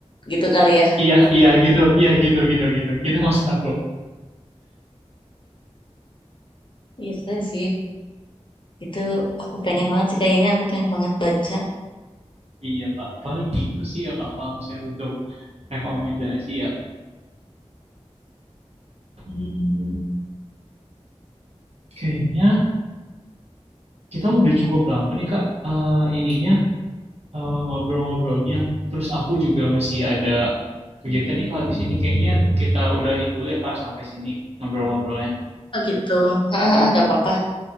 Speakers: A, on the left (about 45°); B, on the right (about 65°).
A: gitu kali ya.
B: Iya, iya gitu, iya gitu, gitu, gitu, gitu maksud aku.
A: Iya keren sih. Itu aku pengen banget sih kayaknya aku pengen banget baca.
B: Iya kak, paling itu sih ya kak kalau misalnya untuk rekomendasi ya. Hmm, kayaknya kita udah cukup lama nih kak, eh, ininya eh, ngobrol-ngobrolnya. Terus aku juga masih ada kegiatan nih kak habis ini kayaknya kita udahin dulu ya kak sampai sini ngobrol-ngobrolnya.
A: Oh gitu. Ah ah, ah, Nggak apa-apa.